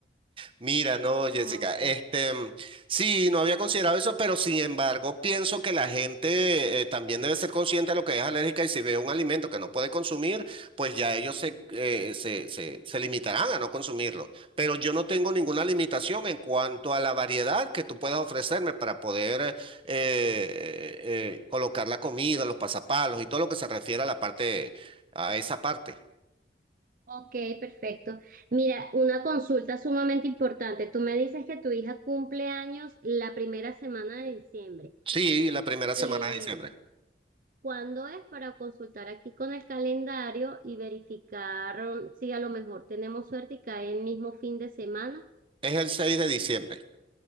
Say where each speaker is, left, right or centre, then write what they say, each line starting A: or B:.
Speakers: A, on the right; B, on the right.
A: Mira, no, Jessica,
B: Ok.
A: este, mm, sí, no había considerado eso, pero sin embargo, pienso que la gente eh, también debe ser consciente de lo que es alérgica y si ve un alimento que no puede consumir, pues ya ellos se, eh, se, se, se limitarán a no consumirlo. Pero yo no tengo ninguna limitación en cuanto a la variedad que tú puedas ofrecerme para poder eh, eh, colocar la comida, los pasapalos y todo lo que se refiere a la parte, a esa parte.
B: Ok, perfecto. Mira, una consulta sumamente importante. Tú me dices que tu hija cumple años la primera semana de diciembre.
A: Sí, la primera
B: Eh,
A: semana de diciembre.
B: ¿Cuándo es para consultar aquí con el calendario y verificar um, si a lo mejor tenemos suerte y cae el mismo fin de semana?
A: Es el 6 de diciembre.